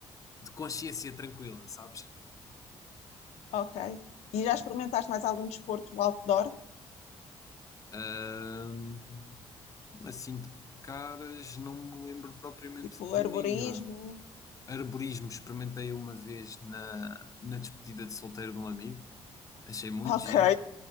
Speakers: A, on the left; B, on the left.
A: de consciência tranquila, sabes?
B: Ok. E já experimentaste mais algum desporto outdoor?
A: Ahm, assim de caras, não me lembro propriamente
B: Tipo
A: de
B: arborismo?
A: nenhum.
B: <laughs>
A: Arborismo experimentei uma vez na, na despedida de solteiro de um amigo, achei muito
B: Ok.
A: giro.